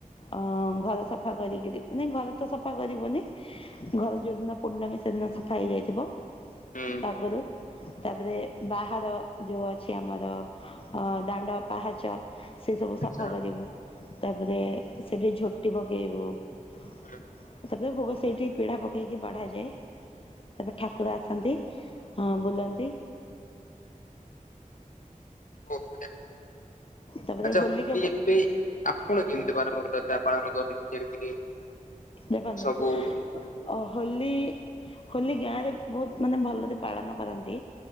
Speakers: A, on the left; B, on the left.
A: ଅ- ଘର ସଫା କରିକିରି ମାନେ ଘର ତ ସଫା କରିବନି ଘରେ ଯଉଦିନ ପୂର୍ଣ୍ଣମୀ ସେଦିନ ସଫା ହେଇ ଯାଇଥିବ
B: ହୁଁ
A: ତା ଆଗୁରୁ। ତାପରେ ବାହାର ଯଉ ଅଛି ଆମର ଅ -ଦାଣ୍ଡ ପାହାଚ ସେଇ ସବୁ
B: ଆଚ୍ଛା
A: ସଫା କରିବୁ ତାପରେ ସେଠି ଝୋଟି ପକେଇବୁ ତାପରେ
B: ହୁଁ
A: ଭୋଗ ସେଇଠି ପିଢା ପକେଇକି ବାଢାଯାଏ। ତାପରେ ଠାକୁର ଆସନ୍ତି ହଁ ବୁଲନ୍ତି
B: ବହୁତ୍ ବଢିଆ।
A: ତାପରେ
B: ଆଚ୍ଛା
A: ହୋଲି କେବ
B: ଏବେ ଆପଣ କେମିତି <unintelligible> ପାଳନ କରନ୍ତି ଯେମତିକି
A: ଦେଖନ୍ତୁ
B: ସବୁ ହୁଁ।
A: ଅ ହୋଲି- ହୋଲି ଗାଁରେ ବହୁତ୍ ମାନେ ଭଲରେ ପାଳନ କରନ୍ତି।